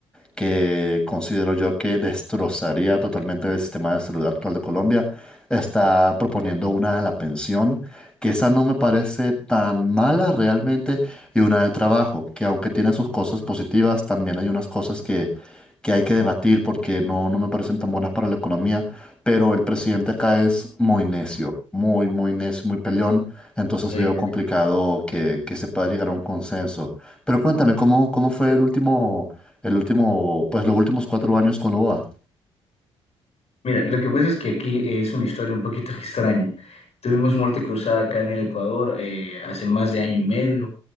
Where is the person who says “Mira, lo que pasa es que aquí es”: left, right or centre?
Left